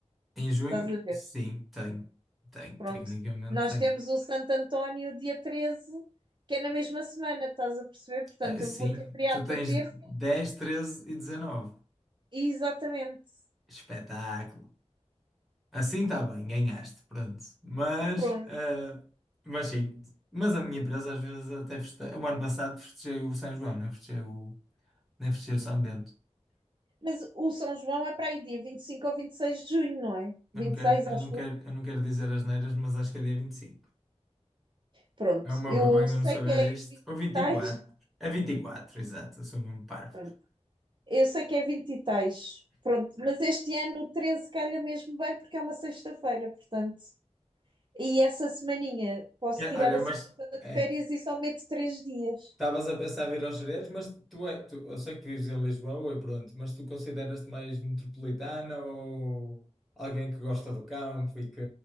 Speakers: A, in the centre; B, on the right (about 40°).
A: Em junho,
B: Estás a ver?
A: sim, tem, tem,
B: Pronto.
A: tecnicamente
B: Nós
A: tem.
B: temos o Santo António dia 13, que é na mesma semana, estás a perceber? Portanto,
A: Ah, sim,
B: eu vou ter feriado
A: tu tens
B: na terça,
A: 10, 13 e 19.
B: exatamente.
A: Espetáculo. Assim está bem, ganhaste, pronto. Mas,
B: Pronto.
A: ah, mas sim, mas a minha empresa às vezes até festeja. O ano passado festejei o São João, não festejei o, não festejei o São Bento.
B: Mas o São João é para aí dia 25 ou 26 de junho, não é? Vinte
A: Eu não quero,
B: e seis, acho.
A: eu não quero, eu não quero dizer as neiras, mas acho que é dia vinte e cinco
B: Pronto,
A: É uma
B: eu
A: vergonha
B: sei
A: eu não saber
B: que é
A: este. Ou vinte
B: tais,
A: e quatro É vinte e quatro exato, eu sou mesmo parvo.
B: pronto, eu sei que é 20 e tais, pronto, mas este ano o 13 calha mesmo bem porque é uma sexta-feira, portanto. E essa semaninha posso
A: É,
B: tirar
A: olha,
B: a
A: mas
B: semana toda de
A: é,
B: férias e só meto três dias.
A: estavas a pensar vir aos Jerez, mas tu é, tu, eu sei que vives em Lisboa e pronto, mas tu consideras-te mais metropolitana ou alguém que gosta do campo e que,